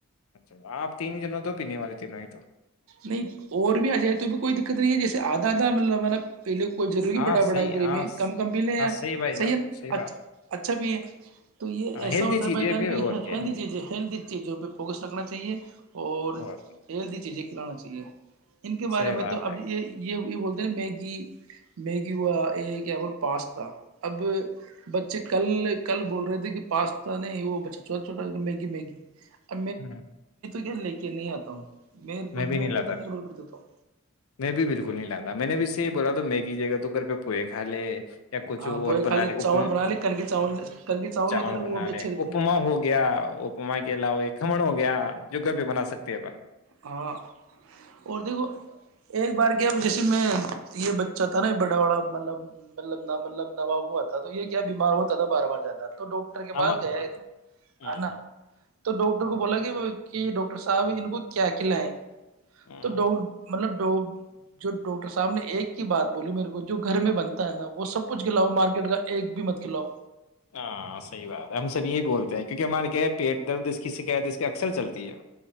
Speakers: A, on the left (about 80°); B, on the right (about 75°).
A: اچھا آپ تین ہی جنوں تو پینے والے تینوں ہی تو
B: نہیں اور بھی آ جائے تو بھی کوئی دقت نہیں ہے جیسے آدھا آدھا مطلب ہے نا پہ لے کوئی ضروری
A: ہاں
B: بڑھا
A: صحیح
B: بڑھا پ
A: ہاں
B: بھی کم کم بھی لے یار
A: ہاں بھائی جان
B: صحیح ہےچھ
A: بات
B: اچھا بھی ہے تو یہ
A: ہاں
B: ایسا
A: ہیلدی
B: ہوتا
A: چیزیں
B: ہے بھائی جان
A: پھر
B: کی
A: اور کیا
B: ہیلدی چیز ہے ہیلدی چیزوں پہ فوکس رکھنا چاہیے اور
A: ہے کیا
B: ہیلی چیزیں کلانا چاہیے ان کے بارے
A: صحیح
B: میں
A: بات
B: تو اب
A: ہے
B: یہ یہ یہ بولتے ہیں ن میگی میگی ہوا یہ کیا بول پاستا اب بچے کل کل بول رہے تھے کہ پاستا نہیں وہ بچہ چھوٹا چھوٹا میگی میگی <inaudible>
A: ہ
B: گھر لے کے نہیں آتا ہوں میں
A: میں بھی نہیں لاتا
B: تو کیا اگنور
A: بکل
B: کر دیتا ہوں
A: میں بھی بالکل نہیں لاتا میں نے بھی بولا تو میگی جگہ تو کر پہ پوئے کا لے یا کچھ
B: ہاں
A: اور
B: پوئے
A: بنا
B: کھا
A: لے
B: چاول
A: اپما
B: بنا لے کن کے چاول کن کے
A: چاول
B: ہوتے ہیں نا
A: بنا
B: وہ بھی اچھے
A: لے
B: رہتے
A: اپما
B: ہیں
A: ہو گیا اپما کے علاوہ یہ کمن ہو گیا یا جو گھر پہ بنا سکتے ہیں اپن
B: ہاں اور دیکھو ایک بار کیا جیسے میں یہ بچہ تھا نا بڑا بڑا مطلب مطلب مطلب ن باب ہوا تھا تو یہ کیا بیمار ہوتا تھا بار بار جاتا تھا تو ڈاکٹر کے پاس
A: ہم
B: گیا ہے تو
A: ہوں،
B: ہے نا تو ڈاکٹر کو بولا گ کہ ڈاکٹر صاحب ان کو کیا اکلا ہے
A: ہوں،
B: تو ڈو مطلب تو جو ڈاکٹر صاحب نے ایک کی بات بولی میرے کو جو گھر میں بنتا ہے نا وہ سب کچھ کلاؤ مارکیٹ کا ایک بھی مت کھلاؤ
A: ہاں صحی بات ہے ہم سب یہی بولتے ہیں کیونکہ ہمارے کیا پیٹ درد اس کی شکایت اس کے اکثر چلتی ہے